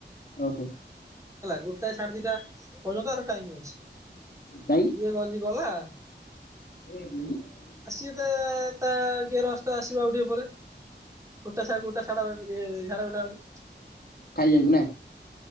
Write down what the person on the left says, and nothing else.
ଓହୋ
କାଇଁ
<inaudible>
ଖାଇଯିବାକୁ ନା